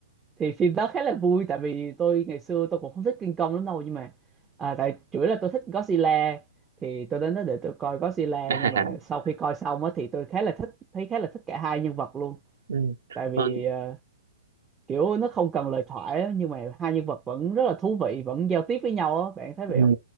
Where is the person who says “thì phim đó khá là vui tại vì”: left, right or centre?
Right